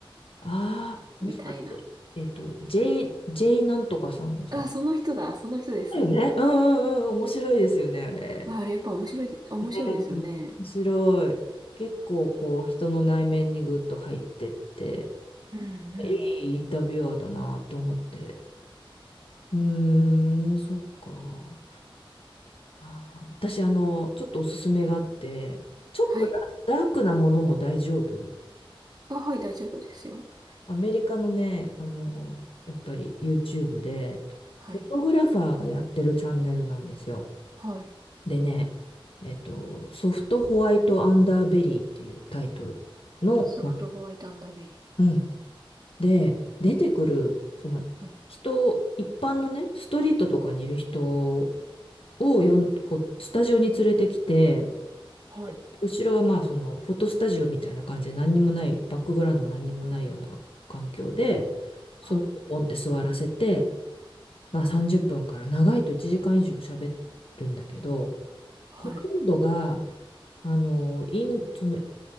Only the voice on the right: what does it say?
みたいな。
あ、その人だ、その人です。
あ、あれやっぱ面白いで、面白いですよね。
うんうん。
はい。あ、はい、大丈夫ですよ。
はい。
はい。
ソフトホワイトアンダーベリー。
はい。
はい。
はい。
はい。